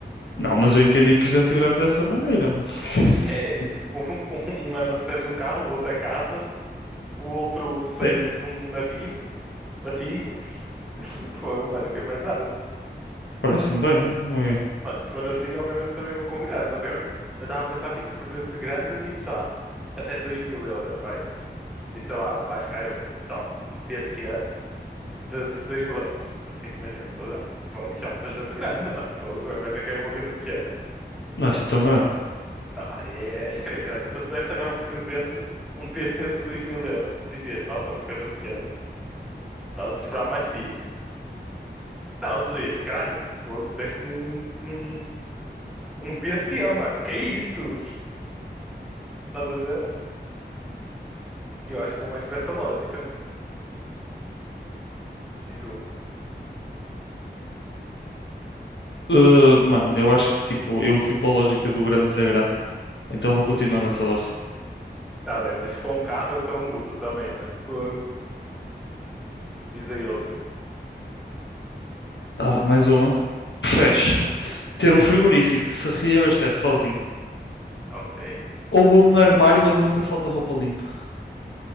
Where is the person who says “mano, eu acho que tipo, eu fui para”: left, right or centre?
Left